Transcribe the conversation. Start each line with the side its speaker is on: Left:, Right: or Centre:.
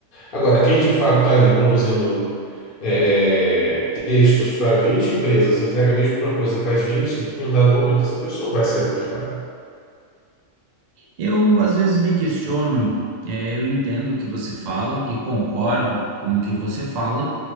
Left: Agora, quem de fato está ali produzindo é, é, textos para 20 empresas, e entrega a mesma coisa para as 20 em um dado momento essa pessoa vai sair do mercado.
Right: Eu, às vezes, me questiono, é, eu entendo o que você fala e concordo com o que você fala,